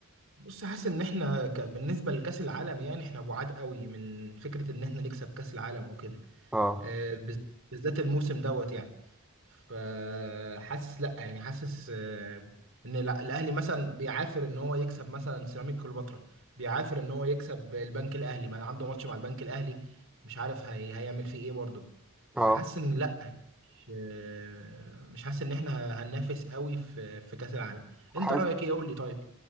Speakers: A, on the right (about 65°); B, in the centre.
A: بص حاسس ان احنا ك... بالنسبه لكاس العالم يعني احنا بعاد قوي من فكره ان احنا نكسب كاس العالم او كده
B: اه
A: آه، بز- بالذات الموسم دوت يعني فحاسس لا يعني حاسس آه، ان الع- الاهلي مثلا بيعافر ان هو يكسب مثلا سيراميك كليوباترا بيعافر ان هو يكسب البنك الاهلي ما عنده ماتش مع البنك الاهلي مش عارف هي هيعمل فيه ايه برضه فحاسس
B: اه
A: ان لا مش آه، مش حاسس ان احنا هننافس قوي في في كاس العالم انت
B: حاسس
A: رايك ايه قول لي طيب